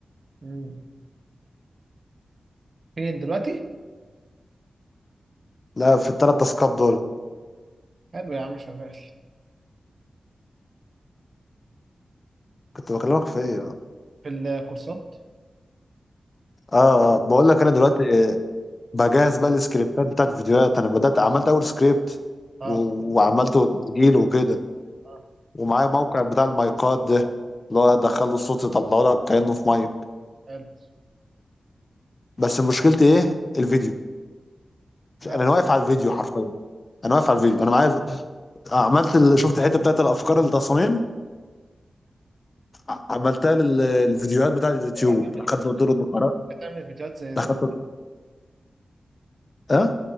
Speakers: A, on the right; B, on the left.
A: مم. فين دلوقتي
B: لا في التلات تاسكات دول
A: حلو يا عم شغال
B: كنت بكلمك في ايه اه
A: في الكورسات و...
B: اه آه. بقول لك انا دلوقتي بجهز بقى السكريبتات بتاعت الفيديوهات انا بدات عملت اول سكريبت
A: اه
B: و- وعملته تسجيل وكده
A: اه
B: ومعايا موقع بتاع المايكات ده اللي هو ادخله الصوت يطلعه لك كانه في مايك
A: حلو
B: بس مشكلتي ايه الفيديو
A: ما
B: انا واقف على الفيديو حرفيا انا واقف على الفيديو انا معايا عملت ال... شفت الحته بتاعت الافكار التصاميم ع- عملتها للفيديوهات بتاعت اليوتيوب
A: ترجع تعمل
B: دخلت قلت له الدكتور
A: تعمل فيديوهات زي
B: دخلت
A: زمان
B: قلت- اه